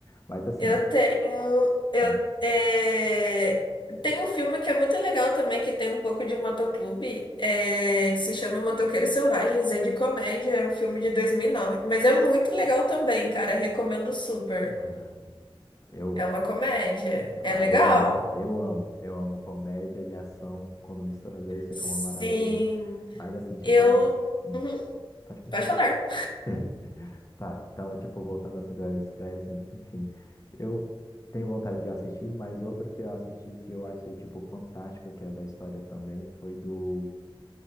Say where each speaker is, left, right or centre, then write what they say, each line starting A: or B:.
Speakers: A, on the left; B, on the left.
A: Mas assim,
B: Eu tenho. Eu,
A: hum,
B: é, Tem um filme que é muito legal também, que tem um pouco de motoclube, é, que se chama Motoqueiros Selvagens, é de comédia, é um filme de 2009 mas é muito legal também, cara, recomendo super.
A: ah, eu,
B: É uma comédia,
A: ah,
B: é legal.
A: eu amo, eu amo, eu amo comédia e ação, quando mistura os dois fica
B: Sim,
A: uma maravilha. Mas assim, tipo,
B: eu.
A: ainda... Hum,
B: Uhum,
A: pode continuar.
B: pode falar.
A: <laughs> Tá, então, tipo, voltando assim do Elvis Presley, enfim, eu tenho vontade de assistir, mas outro que eu assisti que eu achei, tipo, fantástico, que é da história também, foi do,